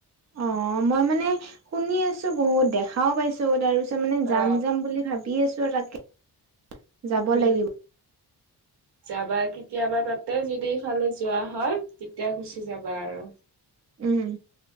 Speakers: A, on the right (about 40°); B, on the right (about 80°).
A: অ মই মানে শুনি আছো বহুত দেখাও পাইছো তাৰপিছত তাৰ মানে যাম
B: অ
A: যাম বুলি ভাবি আছো আৰু তাকে যাব
B: উম
A: লাগিব
B: যাবা কেতিয়াবা তাতে যদি সেইফালে যোৱা হয় তেতিয়া গুচি যাবা আৰু
A: উম